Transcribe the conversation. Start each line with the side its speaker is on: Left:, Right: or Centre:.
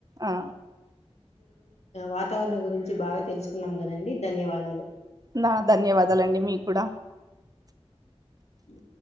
Right: ఆ
Left: వాతావరణం గురించి బాగా తెలుసుకున్నాం కదండి ధన్యవాదాలు
Right: నా ధన్యవాదాలండి మీకు కుడ
Left: అ